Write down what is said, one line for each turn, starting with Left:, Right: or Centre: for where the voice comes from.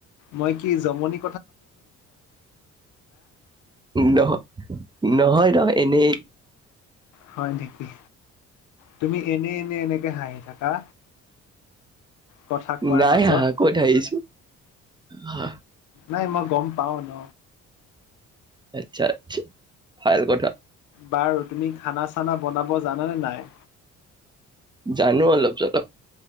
Left: মই কি জমনি
Right: নহ নহয় নহয় এনেই।
Left: হয় নেকি? তুমি এনে এনে এনেকে হাঁহি থাকা। কথা কোৱাৰ
Right: নাই
Left: মাজত
Right: হাঁহা ক'ত হাঁহিছো আহ,
Left: নাই মই গ'ম পাওঁ ন।
Right: আচ্ছা আচ্ছা ভাল কথা।
Left: বাৰু তুমি খানা চানা বনাব জানানে নাই?
Right: জানো অলপ চলপ।